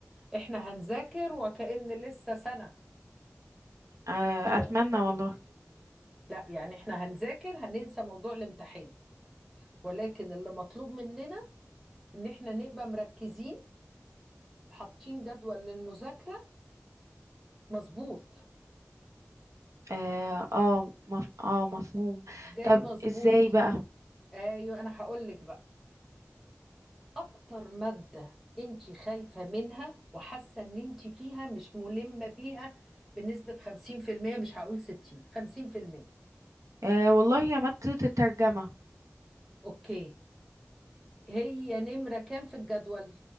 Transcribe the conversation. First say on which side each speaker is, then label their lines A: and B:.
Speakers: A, in the centre; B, on the right.
A: احنا هنذاكر وكأن لسه سنة
B: آه
A: انت واخدة
B: اتمنى
A: بالك
B: والله
A: لا يعني احنا هنذاكر هننسى موضوع الامتحان ولكن اللي مطلوب مننا ان احنا نبقى مركزين حاطين جدول للمذاكرة مظبوط
B: اه اه مف... آه، مفهوم
A: ازاي
B: طب
A: مظبوط
B: ازاي بقى
A: ايوه انا هقول لك بقى اكتر مادة انت خايفة منها وحاسة ان انت فيها مش ملمة بيها بنسبة 50% مش هقول 60 50%
B: آه والله يا مادة الترجمة
A: اوكي هي نمرة كام في الجدول